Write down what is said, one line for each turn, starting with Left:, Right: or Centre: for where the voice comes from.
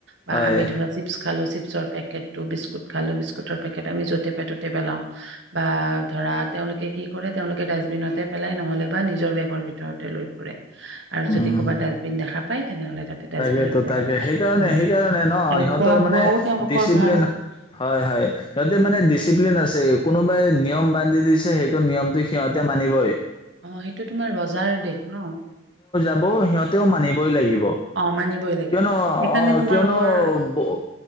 Right: বা
Left: হয়
Right: আমি ধৰা চিপছ খালো চিপ চৰ পেকেট টো, বিস্কুট খালে, বিস্কুটৰ পেকেট আমি য'তে পাই ত'তে পেলাও। বা ধৰা তেওঁলোকে কি কৰে তেওঁলোকে ডাষ্টবিনতে পেলাই নহলে বা নিজৰ বেগৰ ভিতৰতে লৈ ফুৰে। আৰু
Left: উম
Right: যদি ক'ৰবাত ডাষ্টবিন দেখা পাই তেনেহ'লে তাতে ডাষ্টবিনত
Left: তাকেতো
Right: পেলায়।
Left: তাকে, সেইকাৰণে,
Right: উম।
Left: সেইকাৰণে ন,
Right: আৰু
Left: সিহঁতৰ
Right: খোৱা
Left: মানে
Right: বোৱাও তেওঁলোকৰ
Left: ডিচিপ্লিন
Right: ভাল।
Left: হয়, হয় সিহঁতে
Right: উম।
Left: মানে ডিচিপ্লিন আছে কোনোবাই নিয়ম বান্ধি দিছে সেইটো নিয়মটো সিহতে মানিবই
Right: অ', সেইটো তোমাৰ ৰজাৰ দেশ ন?
Left: <unintelligible> ব সিহঁতেও মানিবই লাগিব।
Right: অ মানিবই লাগিব।
Left: কিয়নো
Right: সেইকাৰণে
Left: অ'
Right: তোমালোকৰ
Left: কিয়নো ব-